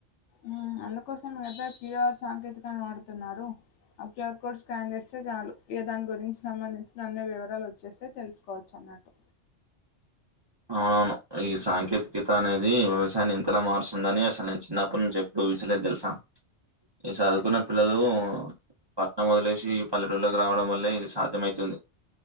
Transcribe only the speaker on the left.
ఊమ్, అందుకోసం కదా క్యుఆర్ సాంకేతికను వాడుతున్నారు. ఆ క్యూఆర్ కోడ్ స్కాన్ చేస్తే చాలు ఏ దాని గురించి సంబంధించిన అన్ని వివరాలు వచ్చేస్తే తెలుసుకోవచ్చు అన్నట్టు